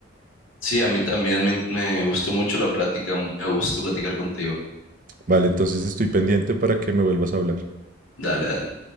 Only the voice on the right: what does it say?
Vale, entonces estoy pendiente para que me vuelvas a hablar.